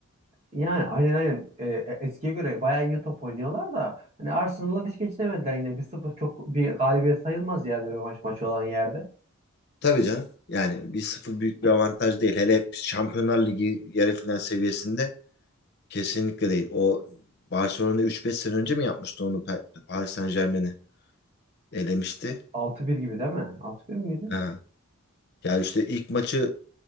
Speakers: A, on the right (about 30°); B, on the left (about 45°).
A: Yani aynen aynen Ee, e, eskiye göre bayağı iyi top oynuyorlar da hani Arsenal'la diş geçinemediler yine bir sıfır çok bir galibiyet sayılmaz yani rövanş maçı olan yerde.
B: Tabii canım. Yani bir sıfır büyük bir avantaj değil. Hele Şampiyonlar Ligi yarı final seviyesinde kesinlikle değil. O Barcelona üç beş sene önce mi yapmıştı onu Pa- Paris Saint-Germain'i elemişti.
A: altı bir gibi değil mi? Altı bir miydi?
B: Ha. Yani işte ilk maçı